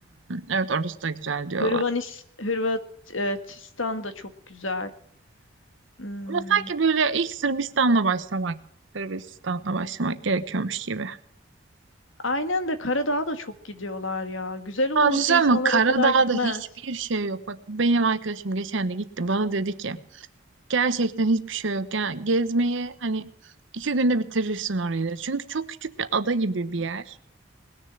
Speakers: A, on the right (about 70°); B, on the left (about 75°).
A: evet orası da güzel diyorlar.
B: Hırvanis, Hırvatistan da çok güzel. Hmm,
A: Ama sanki böyle ilk Sırbistan'la başlamak, Sırbistan'la başlamak gerekiyormuş gibi.
B: Aynen de Karadağ'a da çok gidiyorlar ya. Güzel olmasa
A: Ama bir şey söyleyeyim
B: insanlar
A: mi? Karadağ'da
B: o kadar gitmez.
A: hiçbir şey yok. Bak benim arkadaşım geçen de gitti. Bana dedi ki Gerçekten hiçbir şey yok. Yani gezmeyi hani iki günde bitirirsin orayı da. Çünkü çok küçük bir ada gibi bir yer.